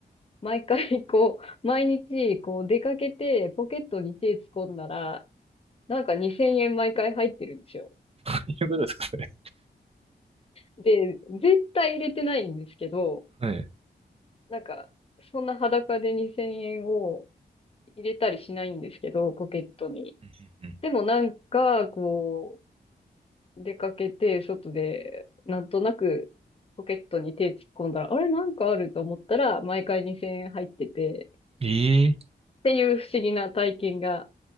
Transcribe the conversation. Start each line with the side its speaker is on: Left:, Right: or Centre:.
Left: 毎回こう、毎日こう出かけてポケットに手突っ込んだら、なんか2000円毎回入ってるんですよ。
Right: 一緒ぐらいうことですか、それ。
Left: で、絶対入れてないんですけど、
Right: はい。うん
Left: なんか、そんな裸で2000円を入れたりしないんですけど、ポケットに。
Right: うんうん、
Left: でもなんか、こ出かけて、外で、なんとなくポケットに手突っ込んだら、あれなんかあると思ったら、毎回2000円入ってて、
Right: ええ
Left: っていう不思議な体験が